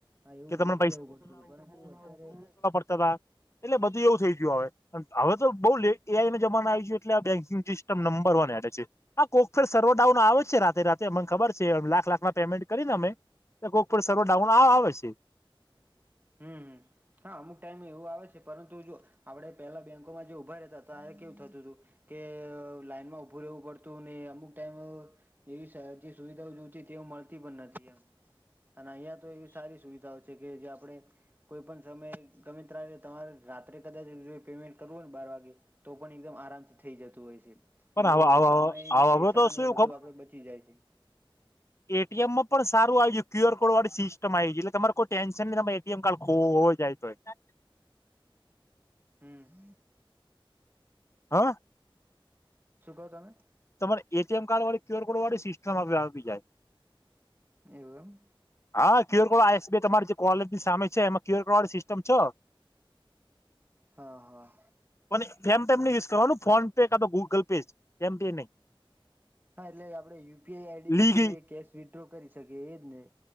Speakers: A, on the right; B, on the left.
A: આપડે
B: કે તમને
A: <unintelligible>
B: તા એટલે બધું એવું થઈ ગયું હવે હવે તો બઉ લે એઆઈ ના જમાના આવી ગયા એટલે આ બેંકિંગ સિસ્ટમ નંબર વન એડે છે. હા કોકફેર સર્વર ડાઉન આવે છે રાતે રાતે અમને ખબર છે લાખ લાખ ના પેમેન્ટ કરીને અમે કોક પણ સર્વર ડાઉન આ આવે છે.
A: હમ હા અમુક ટાઈમ એવું આવે છે પરંતુ જો આપણે પહેલાં બેંકોમાં જે ઊભા રહેતા હતા કેવું થતું હતું કે લાઈનમાં ઉભું રહેવું પડતું ને અમુક ટાઈમ એવી સુવિધાઓ જો છે તેઓ મળતી પણ નથી એમે અને અહીંયા તો એવી સારી સુવિધાઓ છે કે જે આપણે કોઈ પણ સમય ગમે ત તમારે રાત્રે કદાચ જોઈએ પેમેન્ટ કરવું હો ને બાર વાગે તો પણ એકદમ આરામથી થઇ જતું હોય છે.
B: પણ
A: એટલે સમય ને
B: હવે
A: પૈસા
B: તો શું
A: ને એ બધું આપડે બચી જાય છે.
B: એટીએમ માં પણ સારું આવીયું ક્યુઆર કોડ વાળી સિસ્ટમ આવી ગ છે એટલે તમારે કોઈ ટેન્શન નહી તમા ટીએમ કાર્ડ ખો હો જાય તોય
A: હમ
B: હા.
A: શું કહો તમે.
B: તમારે એટીએમ કાર્ડ વાળી ક્યુઆર કોડ વાળી સિસ્ટમ આવી જાય.
A: એવું એમ.
B: હા ક્યુર કોડસ તમારી જે કોલેજની સામે છે એમાં ક્યુરડ વાળી સિસ્ટમ છે.
A: હા હા.
B: મ યુઝ કરવાનું ફોન પે કા તો ગુગલ પે જ એમ પે નહી.
A: હા એટલે આપણેે યુપીઆઈ આઈડી
B: નહી
A: થી
B: લીગી
A: જે કેશ વિડ્રો કરી શકીએ એજ ને.